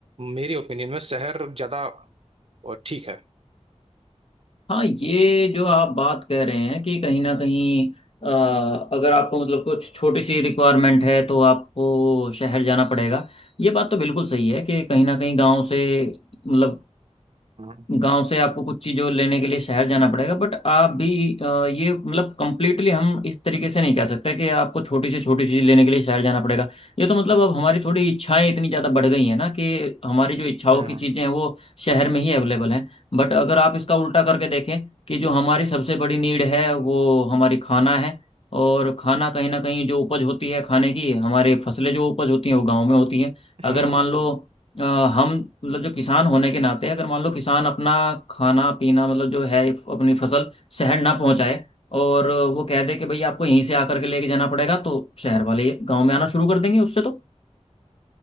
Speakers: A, on the right (about 55°); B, on the left (about 55°).
A: मेरे ओपिनियन में शहर ज्यादा अ, ठीक है
B: हाँ ये जो आप बात कह रहे हैं कि कहीं ना कहीं अ, अगर आपको मतलब कुछ छोटी सी रिक्वायरमेंट है तो आपको शहर जाना पड़ेगा ये बात तो बिल्कुल सही है कि कहीं ना कहीं गांव से मतलब
A: हम्म
B: गांव से आपको कुछ चीज़ों लेने के लिए शहर जाना पड़ेगा बट आप भी अ, ये मतलब कंप्लीटली हम इस तरीके से नहीं कह सकते कि आपको छोटी से छोटी चीज़ लेने के लिए शहर जाना पड़ेगा ये तो मतलब अब हमारी थोड़ी इच्छाएं इतनी ज़्यादा बढ़ गई हैं ना कि हमारी जो इच्छाओं
A: हम्म
B: की चीज़ें हैं वो शहर में ही अवेलेबल हैं बट अगर आप इसका उल्टा करके देखें कि जो हमारी सबसे बड़ी नीड है वो हमारी खाना है और खाना कहीं ना कहीं जो उपज होती है खाने की हमारी फसलें जो उपज होती हैं वो गाँव में होती हैं अगर
A: हम्म,
B: मान लो
A: हम्म।
B: अ, हम मतलब जो किसान होने के नाते अगर मान लो किसान अपना खाना पीना मतलब जो है अपनी फसल शहर ना पहुंचाए और वो कह दे कि भाई आपको यहीं से आकर के लेके जाना पड़ेगा तो शहर वाले गांव में आना शुरू कर देंगे उससे तो